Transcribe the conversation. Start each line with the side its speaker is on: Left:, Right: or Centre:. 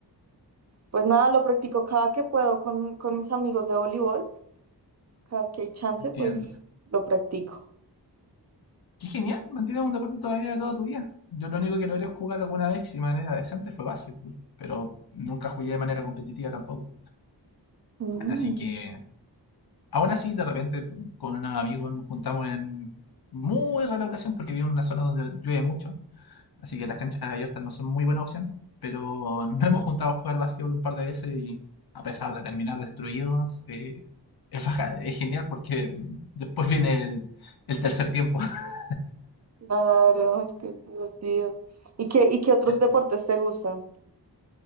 Right: pues nada, lo practico cada que puedo con, con mis amigos de voleibol. Cada que hay chance,
Left: entiendo.
Right: pues lo practico.
Left: Qué genial, mantienes un deporte todavía de toda tu vida. Yo lo único que logré jugar alguna vez si de manera decente fue básquetbol, pero nunca jugué de manera competitiva tampoco.
Right: Mm.
Left: Así que, aún así, de repente con unos amigos nos juntamos en muy rara ocasión porque vivo en una zona donde llueve mucho Así que las canchas abiertas no son muy buena opción. Pero <laughs> nos hemos juntado a jugar básquetbol un par de veces y a pesar de terminar destruidos, eh, es, baja- es genial porque después viene el, el tercer tiempo. <laughs>
Right: Claro, ay, qué divertido. ¿Y qué, y qué otros
Left: El-
Right: deportes te gustan?